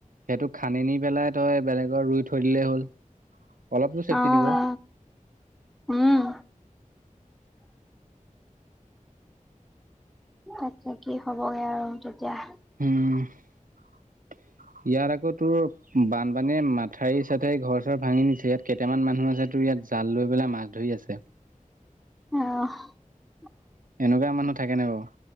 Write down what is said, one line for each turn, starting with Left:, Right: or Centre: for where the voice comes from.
Right: সেইটোক খানে নি পেলাই তই বেলেগৰ ৰুই থৈ দিলেই হ'ল অলপতো চেফটি
Centre: অ
Right: দিব।
Centre: অ। উম তাকে কি হ'বগে আৰু তেতিয়া
Right: উম ইয়াত আকৌ তোৰ বানপানীয়ে মাথাউৰি চা এই ঘৰ চৰ ভাঙি নিছে ইয়াত কেইটামান মানুহ আছে তোৰ ইয়াত জাল লৈ পেলাই মাছ ধৰি আছে
Centre: অ
Right: এনেকুৱা মানুহ থাকে নে বাৰু